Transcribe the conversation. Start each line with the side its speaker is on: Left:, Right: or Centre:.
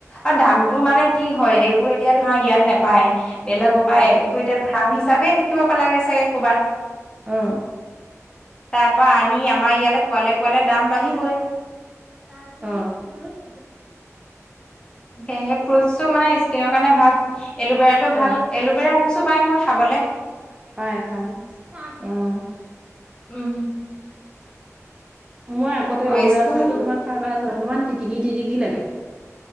Left: আৰু দামতটো মানে কি হয় এইবোৰ এতিয়া ধৰা ইয়াত নাপায় বেলেগৰ
Right: অ
Left: পৰায় এই বো এতিয়া ফাৰ্ম হিচাপে থাকিব পে লাগে চাগে ক'ৰবাত।
Right: উম'
Left: তাৰ পৰা আনি, আমাৰ ইয়ালৈ পোৱালে পোৱালে দাম বাঢ়িবই।
Right: অহ'
Left: ত সেই ফ্ৰুটটো মানে স্কিনৰ কাৰণে ভাল, এলোভেৰাতটো
Right: অ
Left: ভাল এলোভেৰা চো পাই নহয় খাবলৈ
Right: পায় পায় উম'
Left: উম'
Right: মই আগতে
Left: অ
Right: এলবেৰা
Left: স্কিন
Right: যুজটো তোমাক খাই পাইছো অলমান তিটিকি তিটিকি লাগে।